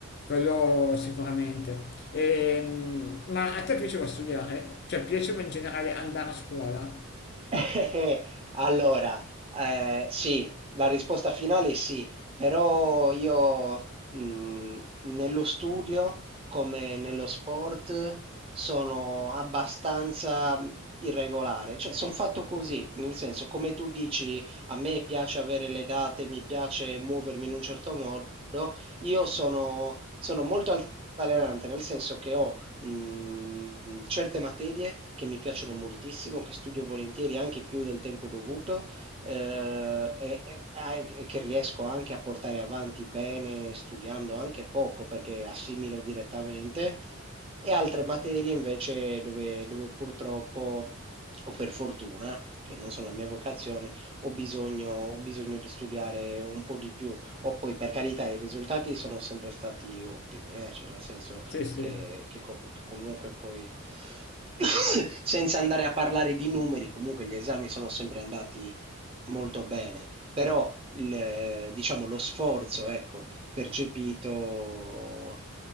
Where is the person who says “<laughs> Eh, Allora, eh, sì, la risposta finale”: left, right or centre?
Right